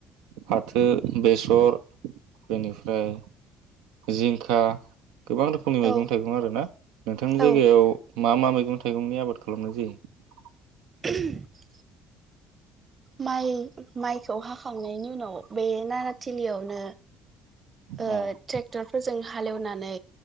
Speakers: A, on the right; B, on the right.
A: फाथो बेसर बेनिफ्राय जिंखा गोबां रोखोमनि मैगं
B: औ
A: थाइगं आरोना नोंथांनि
B: औ
A: जायगायाव मा मा मैगं थाइगंनि आबाद खालामनाय जायो?
B: <inaudible> माइ माइखौ हाखांनायनि उनाव बे नाराथिलियावनो ओ
A: औ
B: ट्रेक्टरफोर जों हालेवनानै